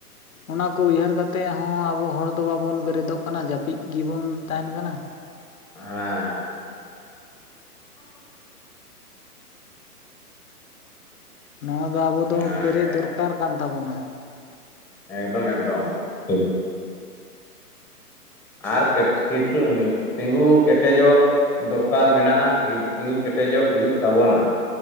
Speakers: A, on the left; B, in the centre.
A: ᱚᱱᱟ ᱠᱚ ᱩᱭᱦᱟᱹᱨ ᱠᱟᱛᱮᱫ ᱦᱚᱸ ᱟᱵᱚ ᱦᱚᱲ ᱫᱚ ᱵᱟᱵᱚᱱ ᱵᱮᱨᱮᱫᱚᱜ ᱠᱟᱱᱟ ᱡᱟᱹᱯᱤᱫ ᱜᱮᱵᱚᱱ ᱛᱟᱦᱮᱱ ᱠᱟᱱᱟ
B: ᱦᱟᱸᱻ <unintelligible>
A: ᱱᱚᱣᱟ ᱫᱚ ᱟᱵᱚ
B: ᱚᱱᱟᱜᱮ
A: ᱫᱚ ᱵᱮᱨᱮᱫ ᱫᱚᱨᱠᱟᱨ ᱠᱟᱱ ᱛᱟᱵᱚᱱᱟ
B: ᱮᱠᱫᱚᱢ ᱮᱠᱫᱚᱢ <inaudible> ᱟᱨ <unintelligible> ᱛᱤᱸᱜᱩ ᱠᱮᱴᱮᱡᱚᱜ ᱫᱚᱨᱠᱟᱨ ᱢᱮᱱᱟᱜᱼᱟ ᱛᱤᱸᱜᱩ ᱠᱮᱴᱮᱡᱚᱜ ᱦᱩᱭᱩᱜ ᱛᱟᱵᱚᱱᱟ